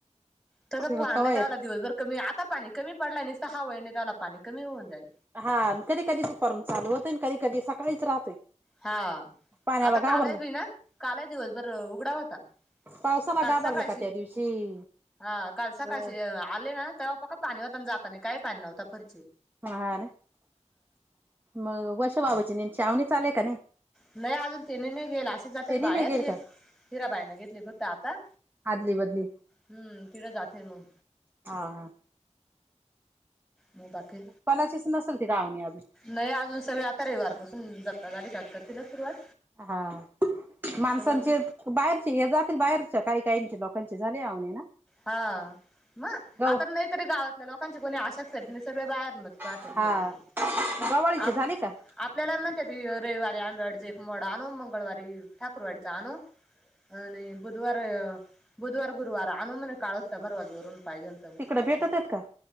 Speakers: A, in the centre; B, on the right.
A: तस <unintelligible>
B: कवा येत
A: दिवस बर कमी आत्ता पाणी कमी पडलाय निस्ता हाव आहे <unintelligible> त्याला पाणी कमी होऊन जाईल.
B: हां कधी कधी दुपारून चालू होतोय अनं कधी कधी सकाळीच राहतोय.
A: हां.
B: पाण्याला
A: आता
B: घाबरलं
A: काल आहे बी ना, काल आहे दिवसभर उघडा होता.
B: पावसाला
A: काल
B: घाबरलं
A: सकाळशी
B: का त्या दिवशी?
A: हा काल सकाळशी
B: अ
A: आले ना तेव्हा पका पाणी होताना जाताना काही पाणी नव्हता. पण
B: हा मग वर्षबाबाची न चावणी चालेय का नाही.
A: नाही अजून तेनी नाही गेलं असच जातेत
B: तेनी
A: बाहेर
B: नाही गेल
A: घे.
B: का
A: तिरा बाईना घेतली होत आता,
B: आदली बदली
A: हम्म तिडं जाते मग.
B: हा हा.
A: मग बाकी
B: पणाचीच नसेल ती रावणी अजून.
A: नाही अजून सगळे आता रेवारपासून जात्ता गाडी <unintelligible> सुरुवात.
B: हां. माणसांचेत
A: तवर नाही
B: बाहेरचे हे जातील बाहेरच्या काही काहीचे लोकांचे झाली आवनी ना
A: हा मग
B: गव
A: आता नाहीतरी गावातल्या लोकांची कोणी आशाच करीत नाई सगळे बाहेरन पहाटेची
B: हा
A: येळ आहे.
B: गवाळीची
A: आपलं
B: झाली
A: आपलं
B: का
A: आपल्याला म्हणतात रविवारी आंबेवाडीचा एक मोडा आणू. मंगळवारी ठाकूरवाडीचा आणू. आणि बुधवार, बुधवार- गुरुवार अनु म्हणे काळचत भरवाज वरून पाहिजेल. तर मग
B: तिकडं
A: काय
B: भेटतेत
A: तर
B: काय?